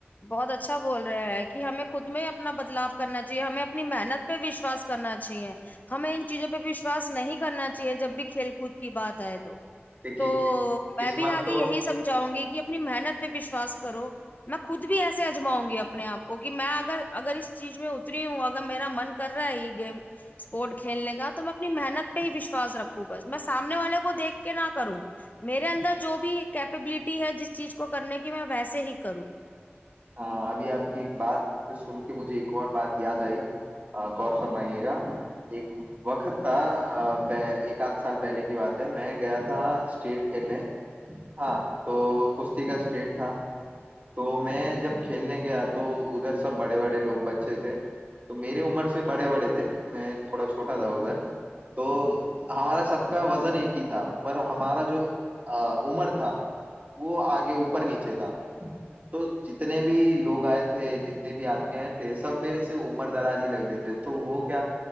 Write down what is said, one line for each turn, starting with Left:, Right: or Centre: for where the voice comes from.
Left: بہت اچھا بول رہے ہے کہ ہمیں خود میں اپنا بدلاؤ کرنا چاہیے ہمیں اپنی محنت پہ وشواس کرنا چاہیے ہمیں ان چیزوں پہ وشواس نہیں کرنا چاہیے جب بھی کھیل کود کی بات آئے تو
Right: دیکھیے
Left: تو
Right: کس قسمت
Left: میں بھی آگے
Right: تو
Left: یہی سمجھاؤں گی کہ اپنی محنت پہ وشواس کرو میں خود بھی ایسے اجاؤں گی اپنے آپ کو کہ میں اگر اگر اس چیز میں اتری ہوں اگر میرا من کر رہا ہے یہ گیم اسپورٹ کھیلنے کا تو میں اپنی محنت پہ ہی وشواس رکھوں بس میں سامنے والے کو دیکھ کے نہ کروں میرے اندر جو بھی کیپبلٹی ہے جس چیز کو کرنے کی میں ویسے ہی کروں
Right: ہاں ابھی آپ کی ایک بات سن کے مجھے ایک اور بات یاد آئی غور فرمائیے گا ایک وقت تھا ایک آدھ سال پہلے کی بات ہے میں گیا تھا اسٹیٹ کھیلنے ہاں تو کشتی کا اسٹیٹ تھا تو میں جب کھیلنے گیا تو ادھر سب بڑے بڑے لوگ بچے تھے تو میرے عمر سے بڑے بڑے تھے میں تھوڑا چھوٹا تھا ادھر تو ہمارا سب کا وزن ایک ہی تھا پر ہمارا جو عمر تھا وہ آگے اوپر نیچے تھا تو جتنے بھی لوگ آئے تھے جتنے بھی آدمی آئے تھے سب میرے سے عمر دراز ہی لگ رہے تھے تو وہ کیا